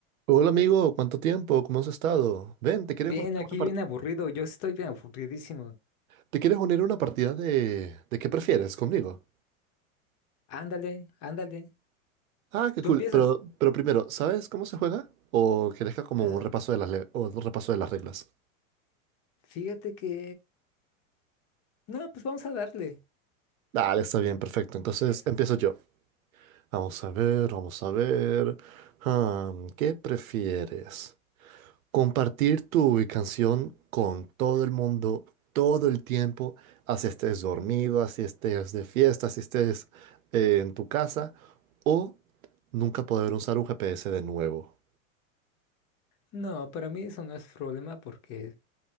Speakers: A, on the right; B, on the left.
A: Hola amigo, ¿cuánto tiempo? ¿Cómo has estado? Ven, ¿te quieres
B: Bien,
A: unir a
B: aquí
A: una partida?
B: bien aburrido, yo estoy bien aburridísimo.
A: ¿Te quieres unir a una partida de... de qué prefieres conmigo?
B: Ándale, ándale.
A: Ah, qué
B: Tú
A: cool.
B: empiezas.
A: Pero, pero primero, ¿sabes cómo se juega? ¿O quieres que haga como
B: Ah,
A: un repaso de las le- o un repaso de las reglas?
B: fíjate que... No, pues vamos a darle.
A: Dale, está bien, perfecto. Entonces
B: Eso.
A: empiezo yo. Vamos a ver, vamos a ver. Ah, ¿qué prefieres? Compartir tu canción con todo el mundo, todo el tiempo, así estés dormido, así estés de fiesta, así estés eh, en tu casa, o nunca poder usar un GPS de nuevo.
B: No, para mí eso no es problema porque